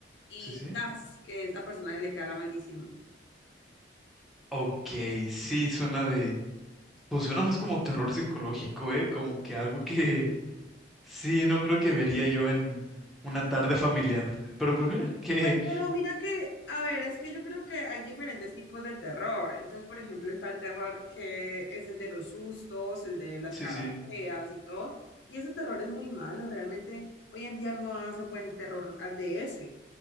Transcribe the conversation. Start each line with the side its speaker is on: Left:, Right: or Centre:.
Left: y
Centre: Sí, sí.
Left: tas, que esa persona le queda la maldición.
Centre: Ok, sí, suena de... Pues suena más como terror psicológico, ¿eh? Como que algo que <laughs> sí, no creo que vería yo en una tarde familiar. Pero pues mira, <laughs> que...
Left: Pues, pero mira que, a ver, es que yo creo que hay diferentes tipos de terror. Entonces, por ejemplo, está el terror que es el de los sustos, el de las
Centre: Sí,
Left: caras
Centre: sí.
Left: feas y todo. Y ese terror es muy malo, realmente hoy en día no hacen buen terror ah, de ese.